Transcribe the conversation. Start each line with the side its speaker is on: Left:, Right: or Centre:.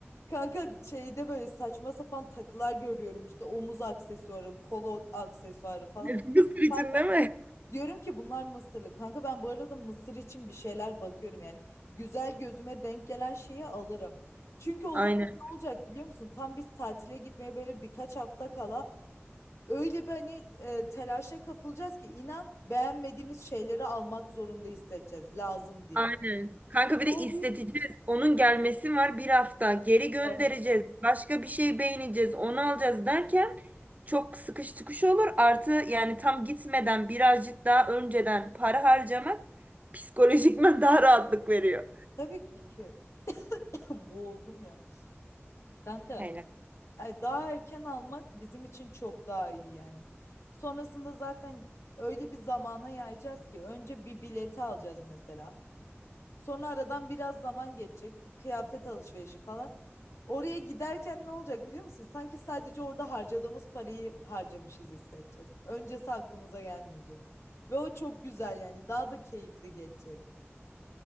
Left: Kanka şeyde böyle saçma sapan takılar görüyorum işte omuz aksesuarı, kol aksesuarı falan.
Right: <laughs> Mısır için
Left: Kanka,
Right: değil mi?
Left: diyorum ki bunlar Mısırlı. Kanka ben bu arada Mısır için bir şeyler bakıyorum yani. Güzel gözüme denk gelen şeyi alırım. Çünkü o
Right: Aynen,
Left: zaman ne olacak biliyor musun? Tam biz tatile gitmeye böyle birkaç hafta kala Öyle bir hani e, telaşa kapılacağız ki inan beğenmediğimiz şeyleri almak zorunda hissedeceğiz lazım diye.
Right: aynen. Kanka bir
Left: O
Right: de isteteceğiz.
Left: bir
Right: Onun gelmesi var bir hafta. Geri göndereceğiz.
Left: evet.
Right: Başka bir şey beğeneceğiz. Onu alacağız derken çok sıkış tıkış olur. Artı yani tam gitmeden birazcık daha önceden para harcamak psikolojikmen daha rahatlık veriyor.
Left: Tabii ki <clears throat> boğuldum ya. Kanka
Right: Aynen.
Left: e, daha erken almak bizim için çok daha iyi yani. Sonrasında zaten öyle bir zamana yayacağız ki önce bir bileti alacağız mesela. Sonra aradan biraz zaman geçecek. Kıyafet alışverişi falan. Oraya giderken ne olacak biliyor musun? Sanki sadece orada harcadığımız parayı harcamışız hissedeceğiz. Öncesi aklımıza gelmeyecek. Ve o çok güzel yani. Daha da keyifli geçecek.